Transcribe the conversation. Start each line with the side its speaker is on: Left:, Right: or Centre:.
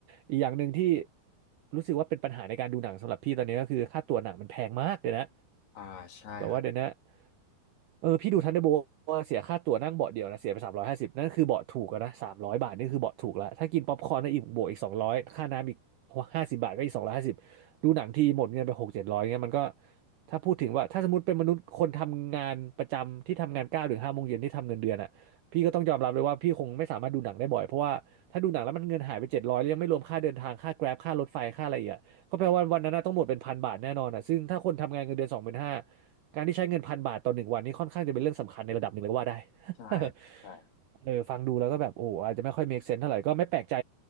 Right: อีกอย่างหนึ่งที่รู้สึกว่าเป็นปัญหาในการดูหนังสำหรับพี่ตอนนี้ก็คือค่าตั๋วหนังมันแพงมากเลยนะ
Left: อ่าใช่ครับ
Right: แบบว่าเดี๋ยวนะเออพี่ดูทันเดอร์โบว่าเสียค่าตั๋วนั่งเบาะเดียวนะเสียไปสามร้อยห้าสิบนั่นคือเบาะถูกแล้วนะสามร้อยบาทนี่คือเบาะถูกแล้ว ถ้ากินป๊อปคอร์นนะอีกบวกอีกสองร้อยค่าน้ำอีกห้าสิบบาทก็อีกสองร้อยห้าสิบดูหนังทีหมดเงินไปหกเจ็ดร้อยเงี้ยมันก็ถ้าพูดถึงว่าถ้าสมมติเป็นมนุษย์คนทำงานประจำที่ทำงานเก้าถึงห้าโมงเย็นที่ทำเงินเดือนอ่ะพี่ก็ต้องยอมรับเลยว่าพี่คงไม่สามารถดูหนังได้บ่อยเพราะว่าถ้าดูหนังแล้วมันเงินหายไปเจ็ดร้อยแล้วยังไม่รวมค่าเดินทางค่าแกร็บค่ารถไฟค่าอะไรอีกอะก็แปลว่าวันนั้นน่ะต้องหมดเป็นพันบาทแน่นอนอ่ะซึ่งถ้าคนทำงานเงินเดือนสองหมื่นห้า การที่ใช้เงินพันบาทต่อหนึ่งวันนี่ค่อนข้างจะเป็นเรื่องสำคัญในระดับหนึ่งเลยก็ว่าได้
Left: ใช่
Right: <laughs>
Left: ใช่
Right: เออฟังดูแล้วก็แบบโอ้อาจจะไม่ค่อย make sense เท่าไหร่ก็ไม่แปลกใจ